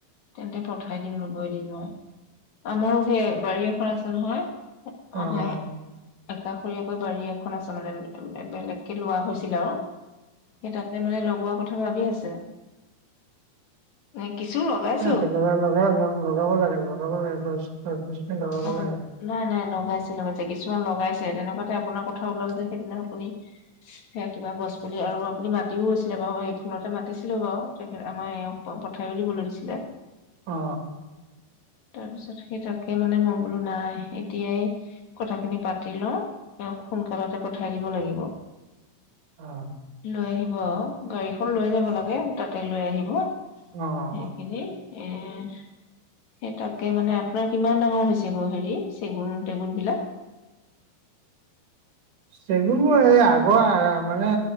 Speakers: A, on the left (about 55°); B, on the right (about 55°).
A: তেন্তে পঠাই দিম ৰ'ব এদিন মই। আমাৰো সেই বাৰী এখন আছে নহয়
B: অ অ
A: <unintelligible> একাষৰীয়াকৈ বাৰী এখন আছে মানে বেলেগকে লোৱা হৈছিল আৰু। সেই তাতে মানে লগোৱা কথা ভাবি আছে ইনে কিছু লগাইছে
B: সেইটো কাৰণে লগাই লগাব লাগে লগাব লাগে গছ গছ-গছনি লগাব
A: অ
B: লাগে।
A: নাই নাই লগাইছে লগাইছে কিছুমান লগাইছে তেনেকুৱাতে আপোনাৰ কথা ওলাল যে সেইদিনা আপুনি সেইয়া কিবা গছ পুলি আৰু আপুনি মাতিও গৈছিলে বাও এই ফোনতে মাতিছিলো বাও তেখেত আমাৰ এওঁক পঠাইও দিবলৈ দিছিলে।
B: অ অ।
A: তাৰপিছত সেই তাকে মানে মই বোলো নাই এতিয়াই কথাখিনি পাতি লওঁ এওঁক সোনকালতে পঠাই দিব লাগিব।
B: অ।
A: লৈ আহিব আৰু গাড়ীখন লৈ যাব লাগে তাতে লৈ আহিব সেইখিনি
B: অ',
A: এ সেই তাকে মানে আপোনাৰ কিমান ডাঙৰ হৈছে গৈ হেৰি চেগুন-টেগুনবিলাক?
B: চেগুনবোৰ এই আগৰ আৰ মানে